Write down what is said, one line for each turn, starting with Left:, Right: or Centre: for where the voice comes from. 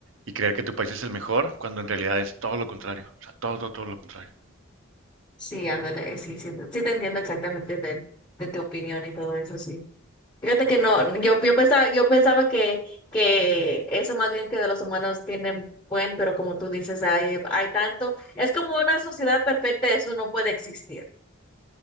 Right: y creer que tu país es el mejor, cuando en realidad es todo lo contrario. O sea, todo, todo, todo lo contrario.
Left: Sí, ándale, sí, sí, te- sí te entiendo exactamente de, de tu opinión y todo eso, sí. Fíjate que no, yo, yo pensaba, yo pensaba que, que eso más bien que de los humanos tiene buen, pero como tú dices, hay, hay tanto, es como una sociedad perfecta, eso no puede existir.